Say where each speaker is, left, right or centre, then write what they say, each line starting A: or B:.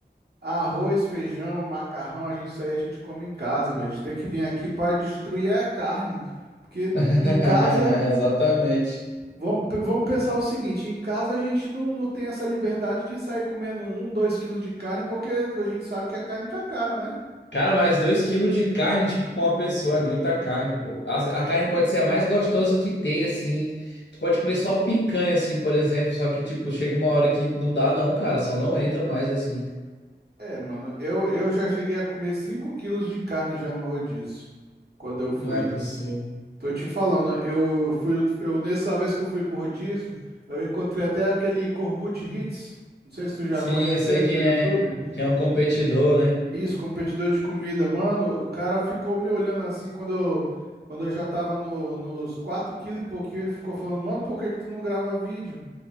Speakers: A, on the right; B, on the left.
A: arroz, feijão, macarrão, a gente isso aí a gente come em casa, velho. A gente tem que vir aqui para destruir é a carne. Porque
B: <laughs>
A: em casa.
B: Exatamente.
A: Vamos, pe- vamos pensar o seguinte, em casa a gente não, não tem essa liberdade de sair comendo um, dois quilos de carne, porque a gente sabe que a carne tá cara, né?
B: Cara, mas dois quilos de carne, tipo, com uma pessoa, é muita carne, pô. A, a carne pode ser a mais gostosa que tem, assim. Tu pode comer só picanha, assim, por exemplo. Só que, tipo, chega uma hora que não dá, não, cara. Só não entra mais, assim.
A: É, mano, eu, eu já cheguei a comer cinco quilos de carne já no rodízio, quando eu fui.
B: Não é possível.
A: Tô te falando, eu fui, eu, nessa vez que eu fui pro rodízio, eu encontrei até aquele Corbucci Hits, não sei se tu já
B: Sim,
A: conhece
B: eu sei
A: ele
B: quem
A: do YouTube.
B: é, quem é o competidor, né?
A: Isso, competidor de comida. Mano, o cara ficou me olhando assim quando eu, quando eu já tava no- nos 4 quilos e pouquinho. Ele ficou falando, mano, por que que tu não grava vídeo?